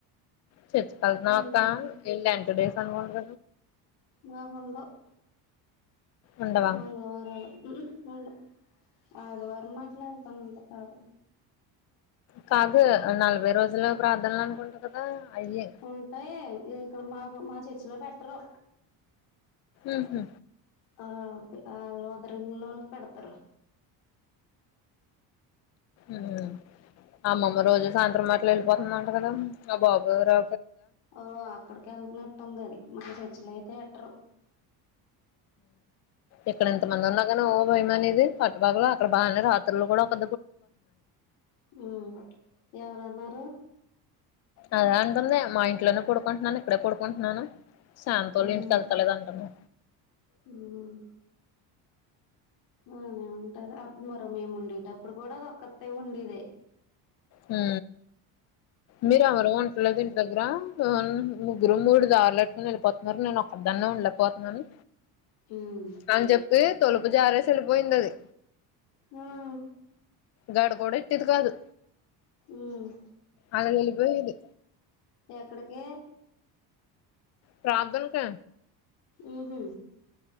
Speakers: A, on the left; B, on the left.
A: చెప్పల్ నాకా
B: ఇంకేం
A: ఇలా ఎంతడేస్ అనుకుంట
B: మాకుండవ్
A: ఉండవా
B: మంగళవారాలు ఉ హ్మ్ ఉంట అది వారం మాట్లాడతాను అంత కాదు
A: కాదు నలభై రోజులు ప్రార్థనలు అనుకుంటా కదా అయ్యి
B: ఉంటాయి ఇక్కడ మాకు మా చెర్చిలో పెట్టరు
A: ఉహు
B: ఆ <unintelligible> పెడతారు
A: ఉమ్ అమ్మమ్మ రోజు సాయంత్రం అట్ల వెళ్ళిపోతుందంట కదా ఆ బాబు ఎవరో
B: ఓ అక్కడికి వెళ్తున్నట్టు ఉంది అది మన చర్చిలో అయితే ఎట్టరు
A: ఇక్కడ ఇంత మంది ఉన్నా కాని ఓ భయమనేది పట్టుపగలో అక్కడ బాగానే రాత్రులు కూడా ఒక
B: ఉమ్ ఎవరు అన్నారు
A: అదే అంటుంది మా ఇంట్లోనే పోడుకుంటున్నాను ఇక్కడే పోడుకుంటున్నాను శాంతోల్ల
B: ఉమ్
A: ఇంటికి వెళ్తలేదంటను
B: ఉమ్ అనే ఉంటది అప్పురు మేము ఉండేటప్పుడు కూడా అది ఒక్కతే ఉండేదే
A: హా మీరు ఎవరు ఉంట్లేదా ఇంటి దగ్గర ముగ్గురం మూడు దారులు పెట్టుని వెళ్ళిపోతున్నారు నేను వద్దన్న ఉండలేకపోతున్నాను
B: ఉమ్
A: అన్జెప్పి తొలుపు జారేసెలిపోయిందది
B: ఉమ్
A: దడ గూడా ఎట్టేది దు
B: ఉమ్
A: అలా వెళ్లిపోయేది
B: ఎక్కడికి
A: ప్రధానకే
B: ఉహు